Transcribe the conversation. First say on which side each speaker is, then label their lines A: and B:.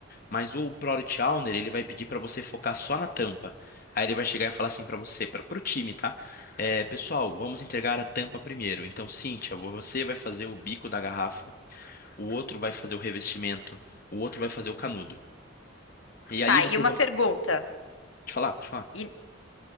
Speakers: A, on the left (about 45°); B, on the left (about 80°).
A: Mas o Product Owner, ele vai pedir para você focar só na tampa. Aí ele vai chegar e falar assim para você, para o time, tá? É, pessoal, vamos entregar a tampa primeiro. Então, Cíntia, você vai fazer o bico da garrafa o outro vai fazer o revestimento, o outro vai fazer o canudo. E aí
B: Tá,
A: vocês
B: e uma
A: vão
B: pergunta.
A: te falar, te falar,
B: E